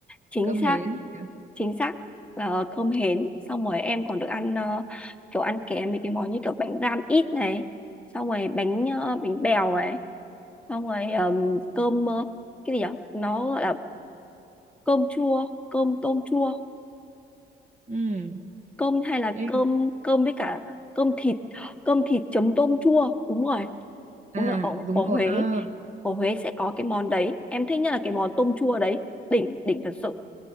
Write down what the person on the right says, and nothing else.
cơm hến
à.
ừ
Ê,
à
đúng
rồi
ờ